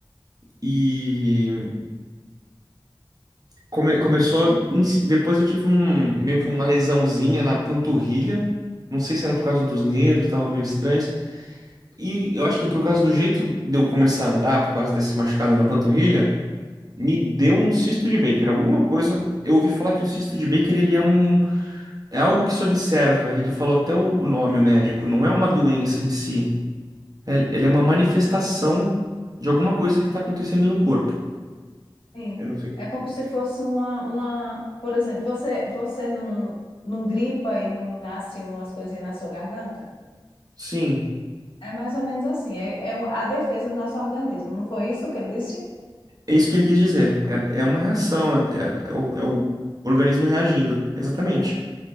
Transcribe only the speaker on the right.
E come- começou. em si- Depois eu tive um meio que uma lesãozinha na panturrilha. Não sei se era por causa dos nervos, tava meio estranhos. E eu acho que por causa do jeito de eu começar a andar, por causa desse machucado na panturrilha, me deu um cisto de Baker. Alguma coisa. Eu ouvi falar que o cisto de Baker ele é um É algo que se observa. Ele falou até o, o nome, o médico. Não é uma doença em si. É- ele é uma manifestação de alguma coisa que está acontecendo no corpo.
Eu não sei.
Sim,
é isso que ele quis dizer. É, é uma reação, é, é- é o, é o organismo reagindo. Exatamente.